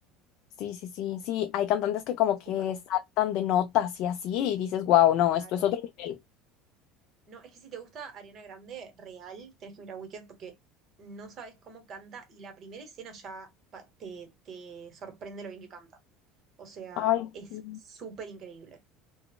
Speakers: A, on the left; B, on the right.
A: Sí, sí, sí, sí, hay cantantes que como
B: Súper.
A: que saltan de notas y así, y dices, wow, no,
B: Claro.
A: esto es otro nivel.
B: No, es que si te gusta Ariana Grande, real, tenés que mirar Wicked porque no sabes cómo canta y la primera escena ya pa- te, te sorprende lo bien que canta. O sea,
A: Ay,
B: es
A: sí.
B: súper increíble.